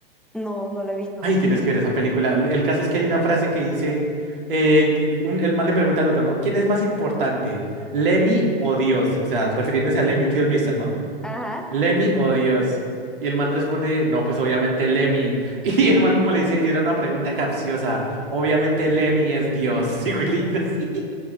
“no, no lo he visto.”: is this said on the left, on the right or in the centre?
Centre